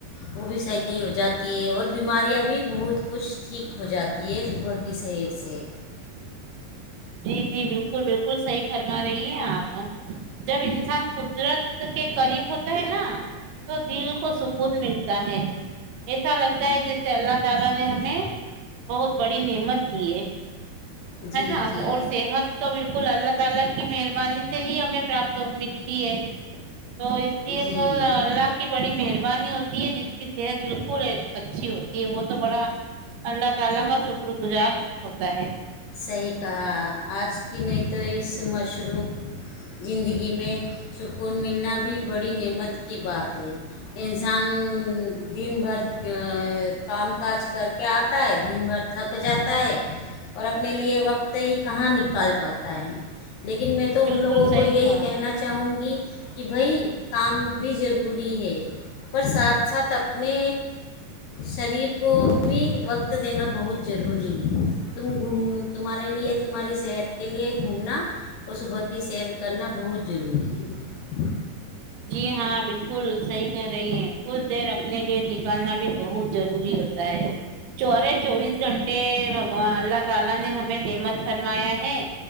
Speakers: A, on the left; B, on the right.
A: وہ بھی صحیح ہو جاتی ہے اور بیماریاں بھی بہت کچھ ٹھیک ہو جاتی ہے صبح کی شحیر سے
B: جی جی بالکل بالکل بالکل صحیح فرما رہی ہیں آپ جب انسان قدرت کے قریب ہوتا ہے نا تو دل کو سکون ملتا ہے ایسا لگتا ہے جسے اللہ تعالی نے ہمیں بہت بڑی نعمت دی ہے
A: جی
B: ہے نا
A: جی
B: اور صحت تو بالکل اللہ تعالی کی مہربانی سے ہی ہمیں پراپت ملتی ہے تو اس لیے
A: جی
B: تو اللہ کی بڑی مہربانی ہوتی جس کی صحت بالکل اچھی ہوتی ہے وہ تو بڑا اللہ تعالی کا شکر گزار ہوتا ہے
A: صحیح کہا آج کی نہیں تو اس مشروف زندگی میں سکون ملنا بھی بڑی نعمت کی بات ہے کسان دن بھر کام کاج کر کے آتا ہے دن بھر تھک جاتا ہے اور اپنے لیے وقت ہی کہاں نکال پاتا ہے لیکن میں تو ان
B: بالکل
A: لوگوں
B: صحیح
A: کو یہی
B: کہا
A: کہنا چاہوں گی کہ بھائی کام بھی ضروری ہے پر ساتھ ساتھ اپنے شریر کو بھی وقت دینا بہت ضروری ہے تم گھوم تمہارے لیے تمہاری صحت کے لیے گھومنا اور صبح کی سیر کرنا بہت ضروری ہے
B: جی ہاں بالکل صحیح کہہ رہی ہیں کچھ دیر اپنے لیے نکالنا بھی بہت ضروری ہوتا ہے چورے چوبیس گھنٹے ا بگوان اللہ تالہ نے ہمیں نعمت فرمایا ہے